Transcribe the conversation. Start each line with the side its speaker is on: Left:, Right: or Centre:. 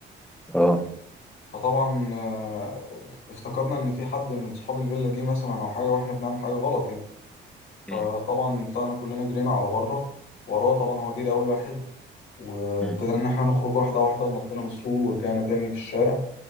Centre: اه
Left: فطبعا آه افتكرنا ان في حد من صحاب الفيلا جه مثلا او حاجة واحنا بنعمل حاجة غلط يعني
Centre: مم.
Left: فطبعا طلعنا كلنا جرينا على بره وراه طبعا هو جري اول واحد وابتدينا
Centre: مم.
Left: ان احنا نخرج واحدة واحدة ونطينا من السور ورجعنا تاني في الشارع